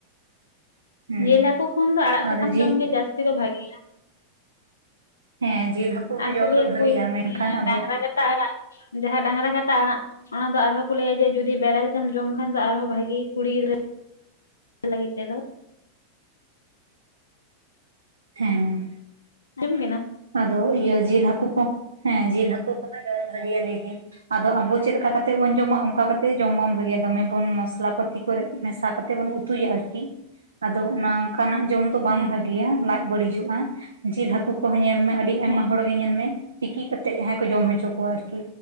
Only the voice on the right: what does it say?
ᱦᱮᱸ
ᱟᱫᱚ
ᱡᱤᱞ
ᱦᱮᱸ ᱡᱤᱞ ᱦᱟᱹᱠᱩ ᱦᱚᱸ
ᱡᱚᱢ
ᱫᱚ ᱵᱷᱟᱜᱮᱭᱟ
ᱢᱮᱱᱠᱷᱟᱱ
ᱟᱵᱚ
ᱦᱮᱸ
ᱟᱫᱚ ᱤᱭᱟᱹ ᱡᱤᱞ ᱦᱟᱹᱠᱩ ᱠᱚ ᱦᱮᱸ ᱡᱤᱞ ᱦᱟᱹᱠᱩ ᱠᱚᱦᱚᱸ ᱡᱟᱢ ᱵᱷᱟᱜᱮᱭᱟ ᱞᱟᱹᱭᱫᱤᱧ ᱟᱫᱚ ᱟᱵᱚ ᱪᱮᱫ ᱞᱮᱠᱟ ᱠᱟᱛᱮᱜ ᱵᱚᱱ ᱡᱚᱢᱟ ᱚᱱᱠᱟ ᱠᱟᱛᱮ ᱡᱚᱢ ᱵᱟᱝ ᱵᱷᱟᱜᱮᱭᱟ ᱫᱚᱢᱮ ᱵᱚᱱ ᱢᱚᱥᱞᱟ ᱯᱟᱹᱛᱤ ᱠᱚᱨᱮ ᱢᱮᱥᱟ ᱠᱟᱛᱮᱜ ᱵᱚᱱ ᱩ ᱩᱛᱩᱭᱟ ᱟᱨᱠᱤ ᱟᱫᱚ ᱚᱱᱟ ᱚᱱᱠᱟᱱᱟᱜ ᱡᱚᱢ ᱛᱚ ᱵᱟᱝ
ᱵᱷᱟᱹᱜᱮᱭᱟ ᱞᱟᱡ ᱵᱟᱹᱲᱤᱡᱚᱜᱼᱟ ᱡᱮᱞ ᱦᱟᱹᱠᱩ ᱠᱚ ᱦᱚᱸ ᱧᱮᱞ ᱢᱮ ᱟᱹᱰᱤ ᱟᱭᱢᱟ
ᱦᱚᱲ ᱜᱮ ᱧᱮᱞ ᱢᱮ ᱛᱤᱠᱤ ᱠᱟᱛᱮᱫ ᱡᱟᱸᱦᱟᱭ ᱠᱚ ᱡᱚᱢ ᱦᱚᱪᱚ ᱠᱚᱣᱟ ᱟᱨᱠᱤ